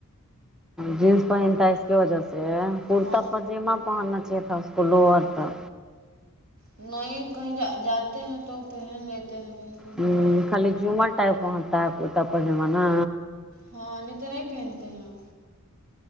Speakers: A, in the centre; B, on the right (about 85°).
A: جینس پہنتا اس کے وجہ سے کرتا
B: ہاں
A: پاجاما پہننا چاہیے تھا اس کو لوور کا
B: نہیں کہیں جا جاتے ہیں تو پہن لیتے ہیں کہیں
A: ہ
B: تو
A: خالی جمر ٹائپ پ ہوتا ہے کوئیتا پر جم نا
B: ہاں نہیں تو نہیں پہنتے ہیں